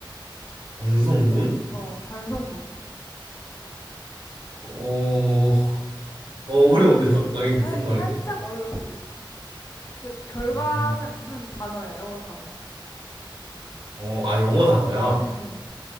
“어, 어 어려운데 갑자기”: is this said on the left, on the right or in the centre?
Right